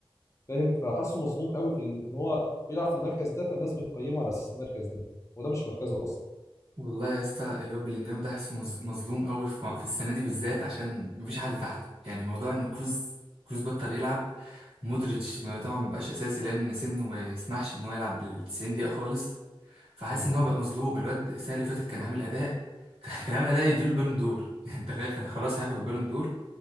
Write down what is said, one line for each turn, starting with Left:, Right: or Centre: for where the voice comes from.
Left: فاهم فحاسه مظلوم قوي في ال- ان هو بيلعب في المركز ده فالناس بتقيمه على اساس المركز ده وده مش مركزه اصلا
Right: والله يا اسطى الواد بلينجهام ده حاسه مظ- مظلوم قوي في م- في السنة دي بالذات عشان مفيش حد تحته يعني موضوع ان كروز كروز بطل يلعب مودريتش ما
Left: مم.
Right: طبعا مبقاش اساسي لان سنه ما يسمحش ان هو يلعب ال 90 دقيقة خالص فحاسس
Left: مم.
Right: ان هو بقى مظلوم الواد السنة اللي فاتت كان عامل اداء <laughs> كان عامل اداء يديله البالون دور <laughs> يعني تخيل كان خلاص هياخد البالون دور